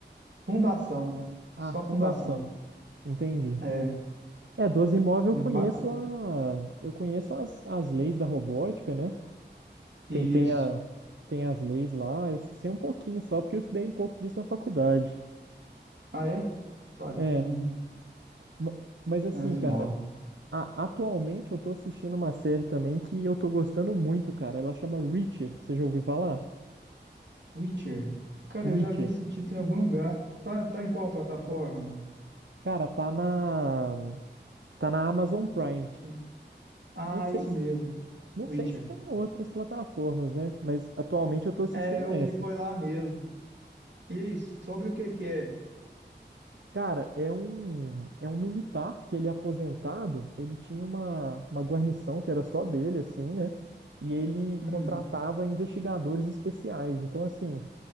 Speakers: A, on the right (about 70°); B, on the right (about 85°).
A: Fundação.
B: A
A: Só
B: Fundação.
A: Fundação.
B: Entendi.
A: É,
B: É, doze imóvel.
A: muito
B: eu conheço
A: bacana.
B: a, eu conheço as, as leis da robótica, né? Tem,
A: Isso.
B: tem, a, tem as leis lá, eu sei um pouquinho só, porque eu estudei um pouco disso na faculdade.
A: Ah, é? Bacana.
B: É, ma- mas assim,
A: Asimov.
B: cara, a- atualmente eu tô assistindo uma série também que eu tô gostando muito, cara. Ela chama Reacher, você já ouviu falar?
A: Witcher. Cara,
B: Reacher.
A: eu já vi esse título em algum lugar. Tá, tá em qual plataforma?
B: Cara, tá na, tá na Amazon Prime.
A: Witcher. Ah,
B: Não sei
A: isso
B: se,
A: mesmo.
B: não
A: Witcher.
B: sei se tem outras plataformas, né? Mas atualmente eu tô assistindo
A: É, eu
B: essa.
A: vi, foi lá mesmo. E aí, sobre o que que é?
B: Cara, é um, é um militar que ele é aposentado, ele tinha uma, uma guarnição que era só dele, assim, né? E ele
A: Hum,
B: contratava investigadores especiais. Então, assim,